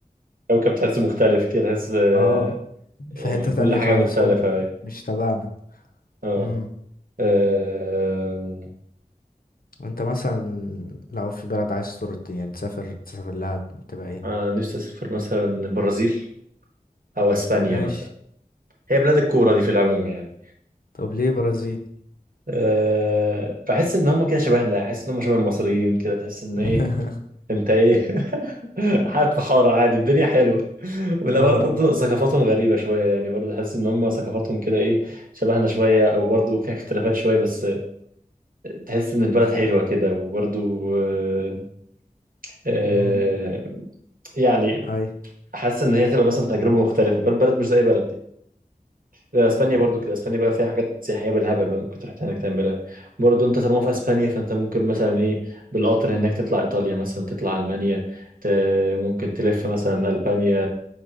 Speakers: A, on the right; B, on the left.
A: كوكب تحس مختلف كده تحس آه،
B: اه آه، في
A: آه،
B: حتة
A: كل
B: تانية
A: حاجه
B: خالص
A: مختلفه
B: هو م-
A: أيوة.
B: مش تبعنا
A: اه
B: امم
A: آه،
B: وانت مثلا لو في بلد عايز تزور يعني تسافر تسافر لها تبقى ايه
A: آه، نفسي اسافر مثلا البرازيل او اسبانيا
B: ماشي
A: مثلا هي بلاد الكوره دي في العموم يعني
B: طب ليه برازيل
A: أه بحس ان هم كده شبهنا احس ان هم شبه المصريين كده تحس ان
B: <laughs>
A: ايه انت ايه <laughs> قاعد في حارة عادي الدنيا حلوة ولا
B: اه
A: برضه ثقافاتهم غريبة شوية يعني برضه تحس ان هم ثقافاتهم كده ايه شبهنا شوية او برضه فيها اختلافات شوية بس تحس ان البلد حلوة كده وبرضه آه، آه،
B: امم
A: يعني
B: اي
A: حاسس ان هي تبقى مثلا تجربة مختلفة بل- بلد مش زي بلد اسبانيا
B: مم.
A: برضو كده اسبانيا بقى فيها حاجات سياحيه بالهبل بقى ممكن تروح هناك تعملها برضو انت طالما في اسبانيا فانت ممكن مثلا ايه بالقطر هناك تطلع ايطاليا مثلا تطلع المانيا ت... ممكن تلف مثلا البانيا